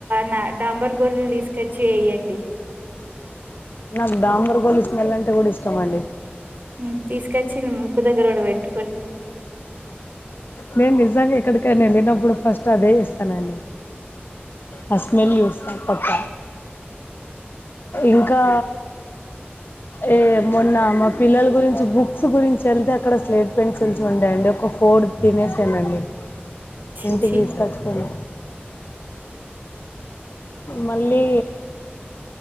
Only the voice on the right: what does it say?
నా డాంబర్ గోలీలు తీసుకొచ్చి వేయ్యండి.
ఉమ్ తీసుకొచ్చి ముక్కు దగ్గర కూడా పెట్
ఛీ
ఛీ